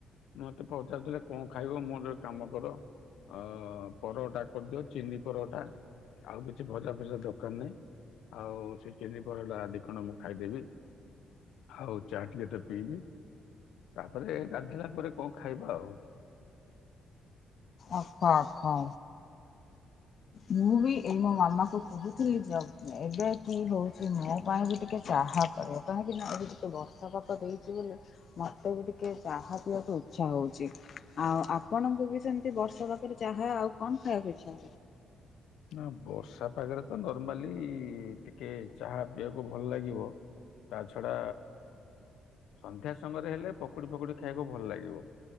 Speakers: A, on the left; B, on the left.
A: ମତେ ପଚାରୁିଥିଲେ କଣ ଖାଇବ ମୋର ଯୋ କାମ କର। ଅ ପରଟା କରିଦିଅ ଚିନି ପରଟା ଆଉ କିଛି ଭଜା ଫଜା ଦରକାର ନାହିଁ। ଆଉ ସେ ଚିନି ପରଟା ଦିଖଣ୍ଡ ମୁଁ ଖାଇଦେବି ଆଉ ଚା ଟିକେ ତ ପିଇବି ତାପରେ ଗାଧୋଇିଲା ପରେ କଣ ଖାଇବା ଆଉ।
B: ଅହ ଅହ ହଁ। ମୁଁ ବି ଏଇ ମୋ ମାମା କହୁଥିଲି ଯେ ଏବେ କି ହଉଛି ମୋ ପାଇଁ ବି ଟିକେ ଚାହା କର। କାହିଁକି ନା ଏବେ ଟିକେ ବର୍ଷା ପାଗ ଦେଇଛି ବୋଲି ମତେ ବି ଟିକେ ଚା ହା ପିଇବାକୁ ଇଚ୍ଛା ହଉଛି। ଆଉ ଆପଣଙ୍କୁ ବି ସେମିତି ବର୍ଷା ପାଗରେ ଚାହା ଆଉ କଣ ଖାଇବାକୁ ଇଚ୍ଛା?
A: ନା ବର୍ଷା ପାଗରେ ତ ନର୍ମାଲି ଟିକେ ଚାହା ପିଇବାକୁ ଭଲ ଲାଗିବ। ତା ଛଡା ସନ୍ଧ୍ୟା ସମୟରେ ହେଲେ ପକୁଡି ଫକୁଡି ଖାଇବାକୁ ଭଲ ଲାଗିବ।